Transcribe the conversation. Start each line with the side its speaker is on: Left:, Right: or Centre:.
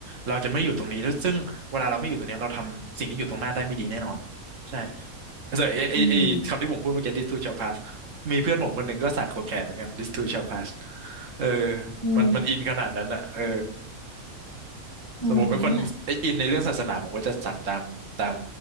Right: เราจะไม่อยู่ตรงนี้แล้วซึ่งเวลาเราไม่อยู่ตรงเนี้ยเราทำสิ่งที่อยู่ตรงหน้าได้ไม่ดีแน่นอน ใช่แต่ไอไอไอคำที่ผมพูดเมื่อกี้
Left: อืม
Right: this too shall pass มีเพื่อนผมคนหนึ่งก็สักตรงแขนเหมือนกัน this too shall pass เออ
Left: อืม
Right: มันมันอินขนาดนั้นอ่ะเออ
Left: อืมนั่นแหละ
Right: สมมติเป็นคนอินในเรื่องศาสนาผมก็จะสักตามตาม